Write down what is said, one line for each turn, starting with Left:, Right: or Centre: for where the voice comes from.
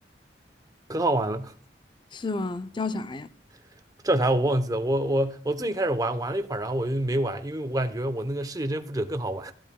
Right: 可好玩了，
Left: <laughs> 是吗？叫啥呀？
Right: <laughs> 叫啥我忘记了。我我我最近开始玩，玩了一会儿，然后我就没玩，因为我感觉我那个世界征服者更好玩。